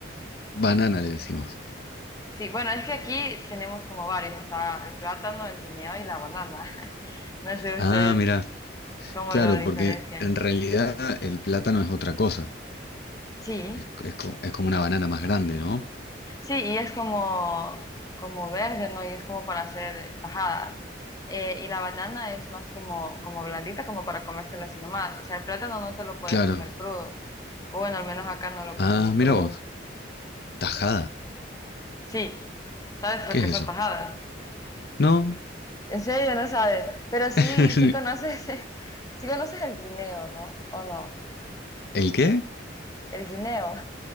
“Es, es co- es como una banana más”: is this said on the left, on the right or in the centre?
Left